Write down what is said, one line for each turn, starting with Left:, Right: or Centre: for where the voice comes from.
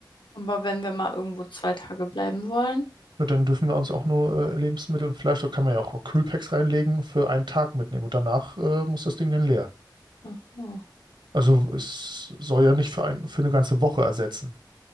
Left: Aber wenn wir mal irgendwo zwei Tage bleiben wollen.
Right: Und dann dürfen wir uns auch nur äh, Lebensmittel und Fleisch, da kann man ja auch Kühlpacks reinlegen, für einen Tag mitnehmen. Und danach äh, muss das Ding dann leer.
Left: Ach so.
Right: Also es soll ja nicht für ein, für eine ganze Woche ersetzen,